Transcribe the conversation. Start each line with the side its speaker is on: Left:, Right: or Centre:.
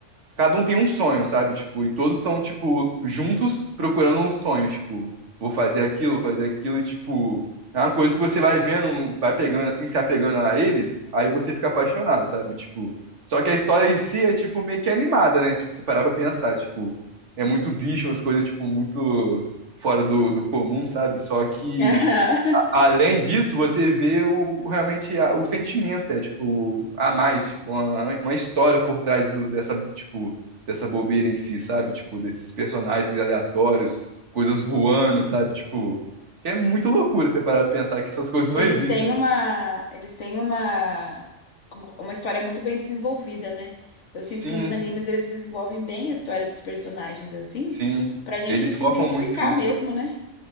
Right: cada um tem um sonho, sabe? Tipo, e todos estão, tipo, juntos procurando um sonho, tipo, vou fazer aquilo, vou fazer aquilo, e, tipo, é uma coisa que você vai vendo, vai pegando assim, se apegando a eles, aí você fica apaixonado, sabe? Tipo, só que a história em si é, tipo, meio que animada, né? Tipo, você parar pra pensar, tipo, é muito bicho, umas coisas, tipo, muito fora do, do comum, sabe? Só que
Left: <laughs>
Right: Além disso, você vê o, realmente a- o sentimento, é tipo, a mais, tipo, uma, uma história por trás do- dessa, tipo, dessa bobeira em si, sabe? Tipo, desses personagens aleatórios, coisas voando, sabe? Tipo, é muito loucura você parar pra pensar que essas coisas não
Left: Eles
Right: existem.
Left: têm uma, eles têm uma, como- uma história muito bem desenvolvida, né? Eu
Right: Sim,
Left: sinto que nos animes eles desenvolvem bem a história dos personagens assim,
Right: sim.
Left: pra gente
Right: Eles
Left: se
Right: focam
Left: identificar
Right: muito nisso.
Left: mesmo, né?